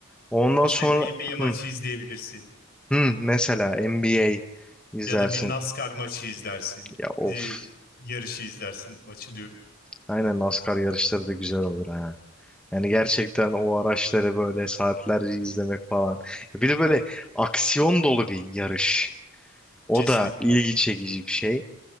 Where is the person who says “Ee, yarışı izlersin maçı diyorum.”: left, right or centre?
Left